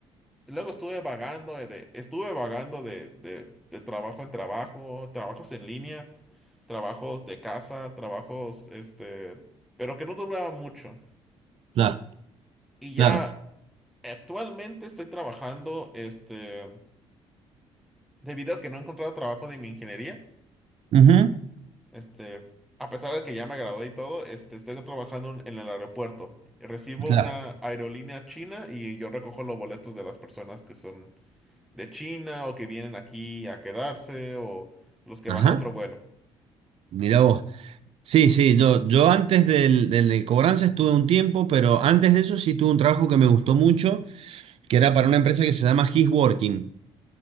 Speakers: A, in the centre; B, on the right.
A: Luego estuve vagando, eh, de- estuve vagando de, de- de trabajo en trabajo, trabajos en línea, trabajos de casa, trabajos, este, pero que no duraban mucho.
B: Claro,
A: Y ya
B: claro.
A: actualmente estoy trabajando, este, debido a que no he encontrado trabajo de mi ingeniería,
B: Ujú,
A: este, a pesar de que ya me gradué y todo, este, estoy trabajando en en el aeropuerto. Recibo
B: Claro.
A: una aerolínea china y yo recojo los boletos de las personas que son de China o que vienen aquí a quedarse o los que
B: Ajá,
A: van a otro vuelo.
B: mira vos. Sí, sí, yo, yo antes del, del de cobranza estuve un tiempo, pero antes de eso sí tuve un trabajo que me gustó mucho, que era para una empresa que se llama His Working,